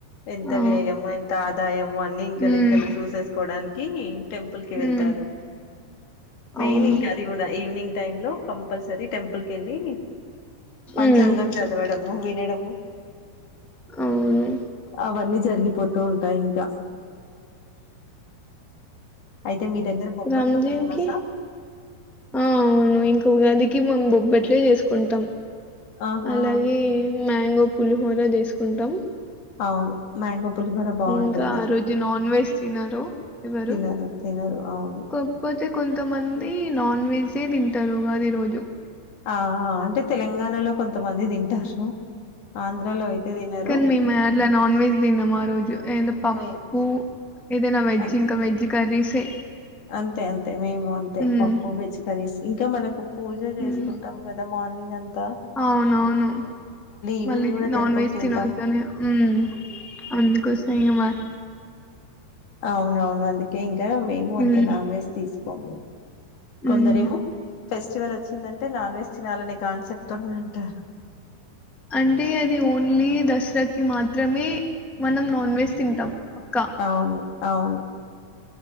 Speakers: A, on the left; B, in the centre.
A: ఎంత
B: ఆ
A: వ్యయము ఎంత ఆదాయము అన్ని ఇంకా
B: ఉమ్
A: లెక్కలు చూసేసుకోవడానికి టెంపుల్ కి వెళ్తారు
B: ఉమ్
A: మెయిని
B: అవును
A: ఇంకా అది కూడాడయి ఈవినింగ్ టైమ్ లో కంపల్సరీ టెంపుల్ కి వెళ్ళి పంచాంగం
B: ఉమ్
A: చదవడం వినడాము
B: అవును
A: అవన్న జరిగిపోతూ ఉంటాయి ఇంకా అయితే మీ దగ్గర బొబ్బట్లు
B: రామ్జీవకి
A: ఫేమసా?
B: ఆ అవును ఇంక ఉగాది ముందు బొబ్బట్లు చేసుకుంటాం
A: ఆహా
B: అలాగ మంగో పులిహోర చెసుకుంటాం
A: అవును మ్యాంగో పులిహోర బావుంటుంది.
B: ఇంకా ఆ రోజు నాన్ వెజ్ తినరు ఎవరు
A: తినరు తినరు అవును.
B: కాకపోతే తే కొంతమంది నాన్ వెజే తింటారు అదే ఈ రోజు
A: ఆ అంటే తెలంగాణలో కొంతమంది తింటారు ఆంధ్రలో అయితే తినరు.
B: కాని మేమ ఇలా నాన్ వెెజ్ తినము రోజు ఏ పప్పుూ
A: మే
B: ఏదైనా వెజ్
A: అన్
B: ఇంకా వెజ్ కర్రీసే
A: అంతే అంతే మేము అంతే
B: హ్మ్.
A: పప్పు వెజ్ కర్రీస్ ఇంకా మనకు పూజ చేసుకుంటాం
B: హ్మ్.
A: కదా మార్నింగ్ అంతా
B: అవునవును
A: ఈవినింగ్
B: మళ్ళీ
A: కూడా
B: నాన్
A: టెంపుల్
B: వెజ్
A: కి వెళ్తాం
B: తినద్దనే ఉ అందుకోస ఏమా
A: ఆ అవునవును అండి ఇంకా మేము
B: హ్మ్.
A: అంతే నాన్ వెజ్ తీసుకోము
B: హ్మ్.
A: కొందరేమో ఫెస్టివల్ వచ్చిందంటే నాన్ వెజ్ తినాలనే కాన్సెప్ట్ తో ఉంటారు
B: అంటే అది ఓన్లీ దసరాకి మాత్రమే మనం నాన్ వెజ్ తింటాం పక్కా.
A: అవును అవును